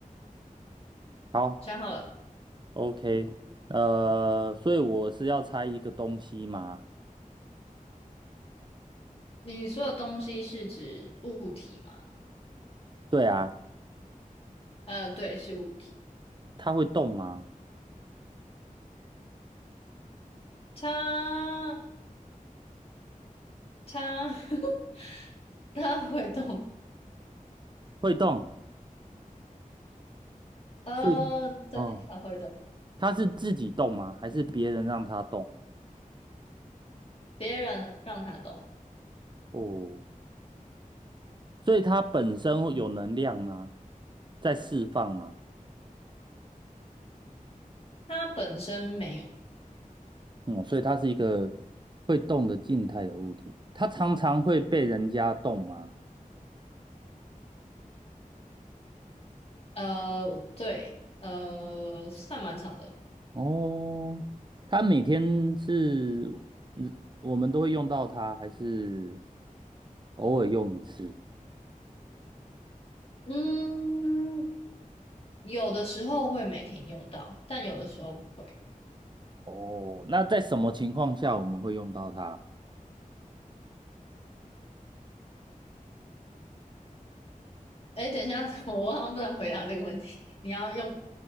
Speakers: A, on the right; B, on the left.
A: 好
B: 想好了。
A: ，OK，呃，所以我是要猜一个东西吗？
B: 你说的东西是指物体吗？
A: 对啊，
B: 呃，对，是物体。
A: 它会动吗？
B: 它它 <laughs> 它会动。
A: 会动，
B: 呃，
A: 所以，
B: 对，
A: 嗯，
B: 它会动。
A: 它是自己动吗？还是别人让它动？
B: 别人让它动，
A: 哦，所以它本身有能量吗？在释放吗？
B: 它本身没有。
A: 嗯，所以它是一个会动的静态的物体。它常常会被人家动吗？
B: 呃，对，呃，算蛮长的。
A: 哦，它每天是，嗯我们都会用到它，还是偶尔用一次？
B: 嗯，有的时候会每天用到，但有的时候不会。
A: 哦，那在什么情况下我们会用到它？
B: 哎，等一下，<laughs> 我好像不能回答这个问题。你要用